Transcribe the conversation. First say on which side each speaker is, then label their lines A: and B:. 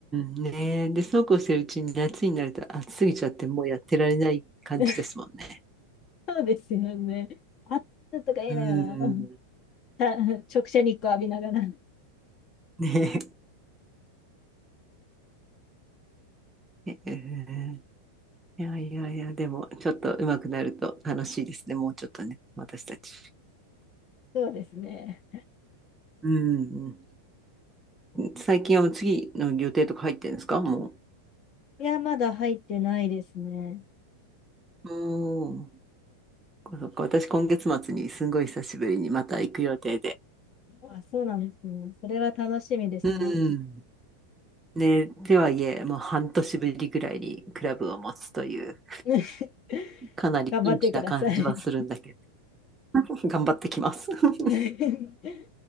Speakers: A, on the right; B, on the left.
A: ん。ねえ。で、そうこうしてるうちに夏になると暑すぎちゃってもうやってられない感じですもんね。
B: <laughs> そうですよね。暑とかいいなよ。
A: うん。
B: <laughs> た直射日光浴びながら。
A: ねえ。へえーいやいやいや、でも、ちょっと上手くなると楽しいですね。もうちょっとね、私たち。
B: そうですね。
A: うんうん。最近はもう次の予定とか入ってるんですかも
B: いや、まだ入ってないですね。
A: う。おーそっか私、今月末にすんごい久しぶりにまた行く予定で。
B: あ、そうなんですね。それは楽しみですね。
A: うん。ね、とはいえ、もう半年ぶりぐらいにクラブを持つという、
B: <laughs>
A: かなりピンチな感じはするんだけど、
B: 頑張ってください。
A: 頑張ってきます。<laughs>
B: <laughs>